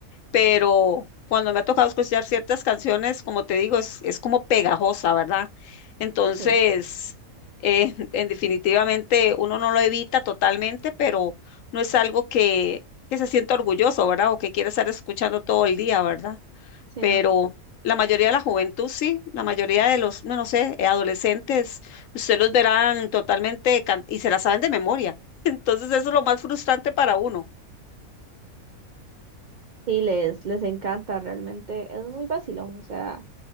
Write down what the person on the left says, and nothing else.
pero cuando me ha tocado escuchar ciertas canciones, como te digo, es, es como pegajosa, ¿verdad? Entonces,
eh, <laughs> en definitivamente uno no lo evita totalmente, pero no es algo que, que se sienta orgulloso, ¿verdad? O que quiere estar escuchando todo el día, ¿verdad?
Pero
la mayoría de la juventud sí, la mayoría de los, no, no sé, eh, adolescentes, usted los verán totalmente can- y se la saben de memoria. <laughs> Entonces, eso es lo más frustrante para uno.